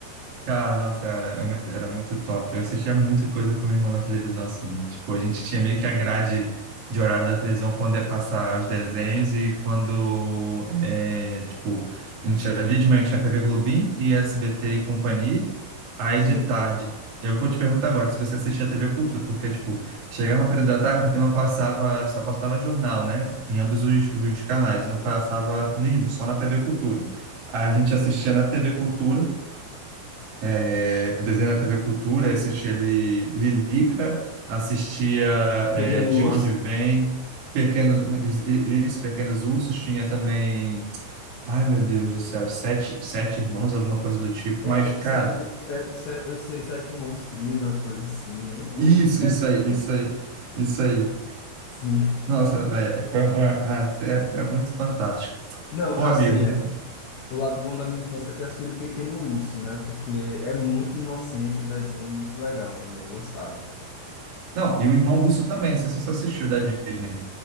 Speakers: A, on the right; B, on the left.
A: Cara, nossa, era era muito, era muito top. Eu assistia muita coisa com minha irmã na televisão, assim. Tipo, a gente tinha meio que a grade de horário da televisão quando ia passar os desenhos e quando, é, tipo, a gente havia de manhã tinha TV Globinho e SBT e companhia. Aí
B: Sim.
A: de tarde, eu vou te perguntar agora se você assistia TV Cultura, porque, tipo, chegava um período da tarde que não passava, só passava jornal, né? Em ambos os, os canais, não passava nenhum, só na TV Cultura. Aí a gente assistia na TV Cultura é, eu desenho na TV Cultura, assistia ali Lilica, assistia
B: Pequeno
A: é, De
B: urso.
A: Onde Vem, Pequenos, isso, Pequenos Ursos, tinha também, ai meu Deus do céu, Sete, Sete Irmãos, alguma coisa do tipo,
B: É,
A: mas, cara,
B: os sete, é, se- eu sei, sete monstrinhos, uma coisa assim, né? Os
A: isso,
B: sete.
A: isso aí,
B: mon-
A: isso aí, isso aí.
B: Sim.
A: Nossa, velho, foi uma a época é muito fantástica.
B: Não, assim,
A: Ô, amigo,
B: é, O lado bom da minha infância é ter assistido Pequeno Urso, né? Porque é muito inocente o desenho, muito legal também, eu gostava.
A: não, e o Irmão Urso também, não sei se você assistiu da Disney.